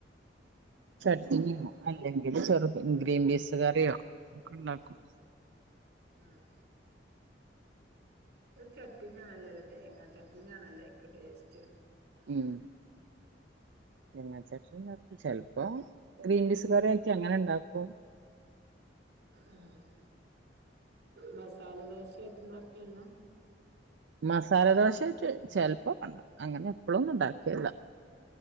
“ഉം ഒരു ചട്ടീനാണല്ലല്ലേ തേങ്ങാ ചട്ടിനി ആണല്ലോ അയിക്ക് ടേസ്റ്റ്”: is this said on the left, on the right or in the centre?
Right